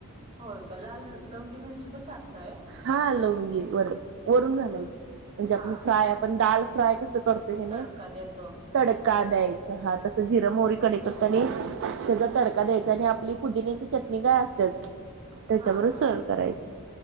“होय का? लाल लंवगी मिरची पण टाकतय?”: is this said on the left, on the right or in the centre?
Right